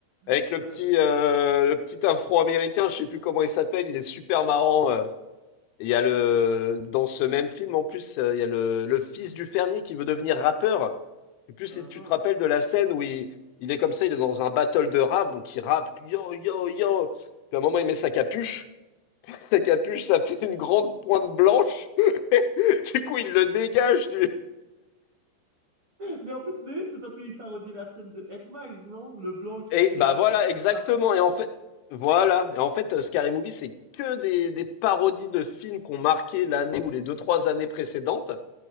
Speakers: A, on the left (about 85°); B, on the right (about 60°).
A: Avec
B: C'est-
A: le petit, euh, le petit afro-américain, je sais plus comment il s'appelle, il est super marrant. euh. Et il y a le... Dans ce même film, en plus, euh, il y a le, le fils du fermier qui veut devenir rappeur. Et plus
B: Uhum.
A: si tu te rappelles de la scène où il, il est comme ça, il est dans un battle de rap, donc il rappe, et puis yo, yo, yo. Puis à un moment, il met sa capuche. Sa capuche, ça fait une grande pointe blanche. <laughs> du coup, il le dégage. du-
B: Mais en plus, mais oui, c'est parce qu'il parodiait la scène de Ed Miles, non? Le blanc qui
A: Et
B: fait
A: bah
B: euh,
A: voilà, exactement.
B: un rap de ouf.
A: Et en fait, voilà. Et en fait, euh, Scary Movie, c'est que des, des parodies de films qu'on marqué l'année ou les deux, trois années précédentes.